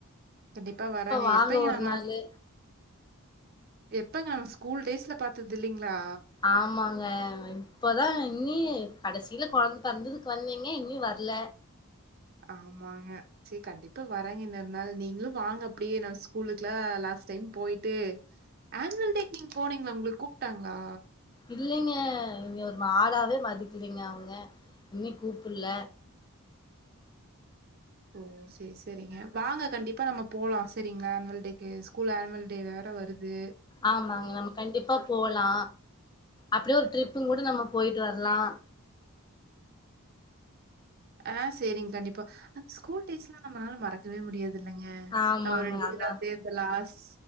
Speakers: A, on the right (about 45°); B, on the left (about 20°).
A: கண்டிப்பா வரங்க
B: வாங்க
A: எப்பங்க
B: ஒரு
A: மாஸ்
B: நாளு
A: எப்பங்க நம்ம ஸ்கூல் டேஸ்ல பாத்தது இல்லைங்ளா
B: ஆமாங்க இப்பதா இன்னீ கடசீல கொழந்த பிறந்ததுக்கு வந்தீங்க இன்னீ வர்ல
A: ஆமாங்க சேரி கண்டிப்பா வரேங்க இன்னொரு நாள் நீங்களு வாங்க அப்டியே நம்ம ஸ்கூலுக்லா லாஸ்ட் டைம் போயிட்டு ஆனுவல் டேக் நீங்க போனீங்ளா உங்கள கூப்ட்டாங்ளா
B: இல்லைங்க என்ன ஒரு மாடாவே மதிக்கிலிங்க அவ்னுங்க உன்னி கூப்புல்ல
A: ஓ சேர் செரிங்க வாங்க கண்டிப்பா நம்ம போலா செரிங்ளா ஆனுவல் டேக்கு ஸ்கூல் ஆனுவல் டே வேற வருது
B: ஆமாங்க நம்ம கண்டிப்பா போலா அப்டியே ஒரு ட்ரிப்புங்கூட நம்ம போயிட்டு வரலா
A: அ சரிங் கண்டிப்பா அந்த ஸ்கூல் டேஸ்லா நம்மளால மறக்கவே முடியாதுல்லங்க
B: ஆமாங்க
A: நம்ம ரெண்டு
B: அதா
A: பேரு அப்டியே அந்த லாஸ்